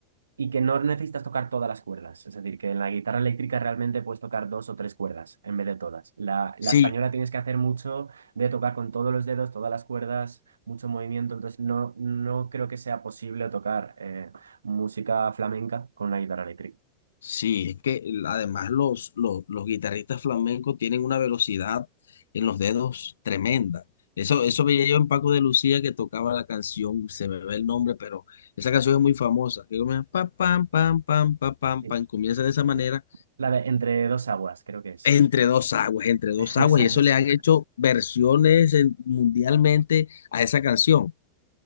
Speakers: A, on the right (about 70°); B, on the left (about 65°).
A: y que no necesitas tocar todas las cuerdas. Es decir, que en la guitarra eléctrica realmente puedes tocar dos o tres cuerdas en vez de todas. La, la
B: sí,
A: española tienes que hacer mucho de tocar con todos los dedos, todas las cuerdas, mucho movimiento. Entonces no, no creo que sea posible tocar eh, música flamenca con una guitarra eléctrica.
B: Sí, es que el- además los, los, los guitarristas flamencos tienen una velocidad en los dedos tremenda. Eso, eso veía yo en Paco de Lucía que tocaba la canción, se me ve el nombre, pero esa canción es muy famosa. Que comienza pa, pam, pam, pam, pa, pam,
A: Sí,
B: pam, comienza de esa manera,
A: La la de Entre dos aguas, creo que es.
B: entre dos aguas, entre dos
A: <laughs> Esa
B: aguas, y eso
A: es.
B: le han hecho versiones en- mundialmente a esa canción.